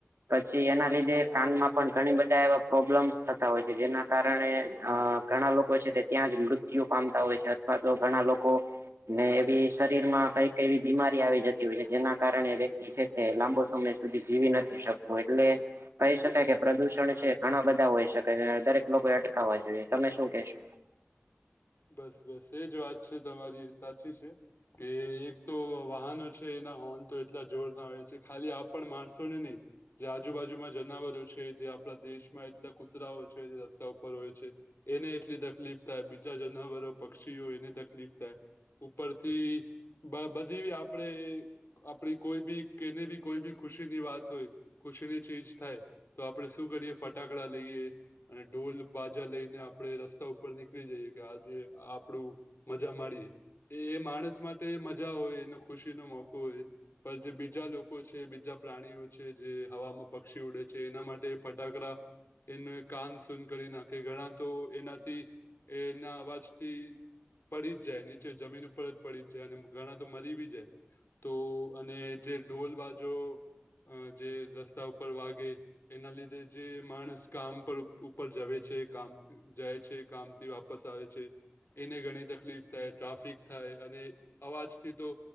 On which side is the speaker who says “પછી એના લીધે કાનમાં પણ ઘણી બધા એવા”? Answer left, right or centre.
Right